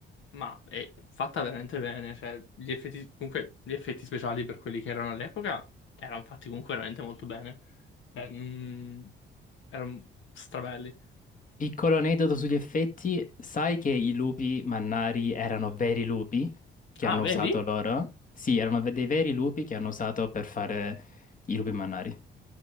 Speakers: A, on the left; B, on the left.
A: ma è fatta veramente bene, cioè gli effetti, comunque gli effetti speciali per quelli che erano all'epoca erano fatti comunque veramente molto bene, Eh, mm, erano strabelli.
B: Piccolo aneddoto sugli effetti, sai che i lupi mannari erano veri lupi che
A: Ah,
B: hanno
A: vedi?
B: usato loro? Sì, erano ve- dei veri lupi che hanno usato per fare i lupi mannari.